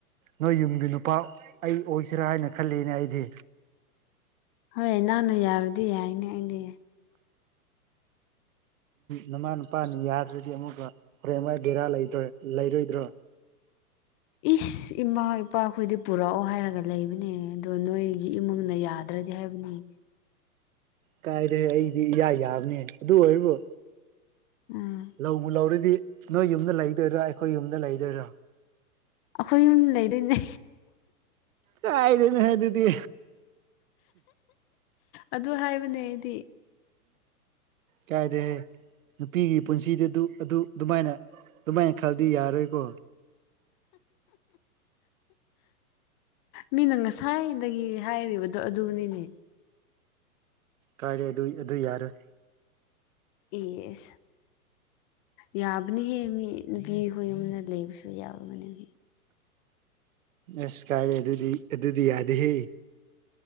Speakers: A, on the right; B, on the left.
A: ꯅꯣꯏ ꯌꯨꯝꯒꯤ ꯅꯨꯄꯥ ꯑꯩ ꯑꯣꯏꯁꯤꯔꯥ ꯍꯥꯏꯅ ꯈꯜꯂꯤꯅꯦ ꯑꯩꯗꯤ
B: ꯍꯣꯏ ꯅꯍꯅ ꯌꯥꯔꯗꯤ ꯌꯥꯏꯅꯦ ꯑꯗꯤ
A: ꯅꯃꯥꯟ ꯅꯨꯄꯥꯅꯤ ꯌꯥꯗ꯭ꯔꯗꯤ ꯑꯃꯨꯛ ꯐ꯭ꯔꯦꯃ ꯕꯦꯔꯥ ꯂꯩꯗ꯭ꯔꯣꯏ ꯂꯩꯔꯣꯏꯗ꯭ꯔꯣ
B: ꯏꯁ ꯏꯃꯥ ꯏꯄꯥ ꯍꯈꯣꯏꯗꯤ ꯄꯨꯔꯛꯑꯣ ꯍꯥꯏꯔꯒ ꯂꯩꯕꯅꯦ ꯑꯗꯣ ꯅꯣꯏꯒꯤ ꯏꯃꯨꯡꯅ ꯌꯥꯗ꯭ꯔꯗꯤ ꯍꯥꯏꯕꯅꯤ
A: ꯀꯥꯏꯔꯦ ꯑꯩꯗꯤ ꯏꯌꯥ ꯌꯥꯕꯅꯦ ꯑꯗꯨ ꯑꯣꯏꯔꯕꯣ
B: ꯎꯝ
A: ꯂꯕꯨ ꯂꯧꯔꯗꯤ ꯅꯣꯏ ꯌꯨꯝꯗ ꯂꯩꯗꯣꯏꯔꯥ ꯑꯩꯈꯣꯏ ꯌꯨꯝꯗ ꯂꯩꯗꯣꯏꯔꯥ
B: ꯑꯩꯈꯣꯏ ꯌꯨꯝ ꯂꯩꯗꯣꯏꯅꯦ
A: ꯀꯥꯏꯗꯩꯅꯣꯍꯦ ꯑꯗꯨꯗꯤ
B: ꯑꯗꯨ ꯍꯥꯏꯕꯅꯦ ꯑꯩꯗꯤ
A: ꯀꯥꯏꯗꯦꯍꯦ ꯅꯨꯄꯤꯒꯤ ꯄꯨꯟꯁꯤꯗ ꯑꯗꯨ ꯑꯗꯨꯃꯥꯏꯅ ꯑꯗꯨꯃꯥꯏꯅ ꯈꯜꯗꯤ ꯌꯥꯔꯣꯏꯀꯣ
B: ꯃꯤꯅ ꯉꯁꯥꯏꯗꯒꯤ ꯍꯥꯏꯔꯤꯕꯗꯣ ꯑꯗꯨꯅꯤꯅꯦ
A: ꯀꯥꯏꯔꯦ ꯑꯗꯨ ꯑꯗꯨ ꯌꯥꯔꯣꯏ
B: ꯑꯦ ꯌꯥꯕꯅꯤꯍꯦ ꯃꯤ ꯅꯨꯄꯤ ꯍꯣꯏꯏꯨꯝꯅ ꯂꯩꯕꯁꯨ ꯌꯥꯕꯅꯦꯍ
A: ꯑꯁ ꯀꯥꯏꯔꯦ ꯑꯗꯨꯗꯤ ꯑꯗꯨꯗꯤ ꯌꯥꯗꯦꯍꯦ